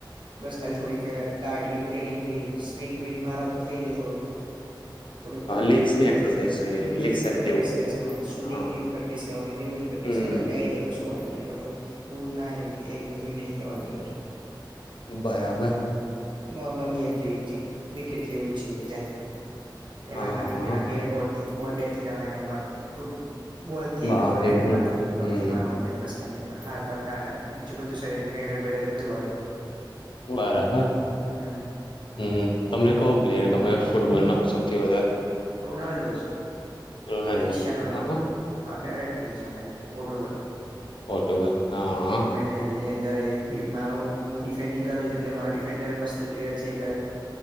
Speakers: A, on the right; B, on the left.
A: બસ ખાલી થોડીક. કાર્ડિયો ટ્રેડિંગ જોઈએ સ્પ્રિન્ટ બિન્ટ મારો તો થઈ જાય થોડુંક. થોડીક
B: લીગ્સની એક્સરસાઇઝ જોઈએ
A: લેગ્સની
B: લીગ્સ એક્ટિવ
A: વધારે એક્સાઝ કરવાની શૂટીંગની
B: હા
A: ઈ સેવનની પ્રેટીકસ કરવાની એ બધું પ્રેક્ટિસ
B: હમ
A: કરો એટલે આવી જાય. કશું વાંધોને એમાં તો બહુ જના એ બધું નહી કરવાની જરૂર.
B: બરાબર.
A: નોર્મલ ગેમ જેવી છે, ક્રિકેટ જેવું છે, એક જાતમાં એમાં
B: હા
A: ખાલી
B: હા
A: પહેલાં બેટ બોટબોલ બેટથી રમાયનામાં ફૂટબોલ. બોલથી
B: બા
A: એક બોલ એમાં
B: મુ- હમ
A: પગથી મારવાનો. હ બસ ખાલીમાં હાથ ભાતના આડે બીજું બધું શરીર હેડર બેેડર બધું વાગે.
B: બરાબર
A: હમ
B: હમ્મ તમને કવ પ્લેયર ગમે ફૂટબોલ નો સૌથી વધારે.
A: રોનાલ્ડો જ
B: રોનાલ્ડો
A: ક્રિશિયાનો રોનાલ્ડો
B: હ
A: મારી ફેવરેટ ટીમ છે, મારી પોર્ટુગલ.
B: ફોટો બોઇક હ, હ.
A: ટ્રેડરની અંદર એમાં હું ડિફેન્ડિંગ કરું છું, એટલે મારો ડિફેન્ડર મસ્ત પ્લેયર છે, એક